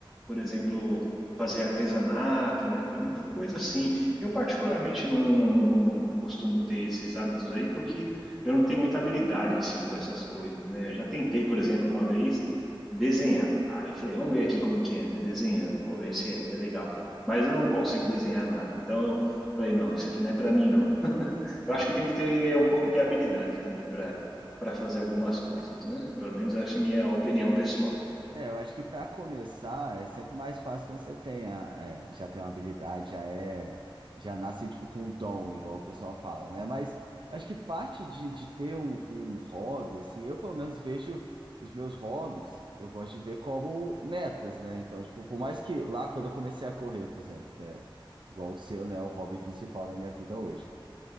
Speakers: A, in the centre; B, on the right (about 65°).
A: por exemplo, fazer artesanato, né? Tem muita coisa assim. Eu particularmente não, não, não costumo ter esses hábitos aí porque eu não tenho muita habilidade assim com essas coisas, né? Eu já tentei, por exemplo, uma vez desenhar. Aí eu falei, vamos ver aqui como que é, né? Desenhando, vou ver se é legal. Mas eu não consigo desenhar nada. Então, eu falei, não, isso aqui não é para mim, não.
B: Ah,
A: Eu acho que
B: mano.
A: tem que ter um pouco de habilidade também para para fazer algumas coisas, né? Pelo menos essa é a minha opinião pessoal.
B: É, eu acho que para começar é sempre mais fácil quando você tem a- é, já tem uma habilidade, já é, já nasce tipo com um dom, igual o pessoal fala, né? Mas acho que parte de, de ter um, um hobby, assim, eu pelo menos vejo os meus hobbies, eu gosto de ver como metas, né? Então, tipo, por mais que lá quando eu comecei a correr, por exemplo, que é igual o seu, né, o hobby principal da minha vida hoje.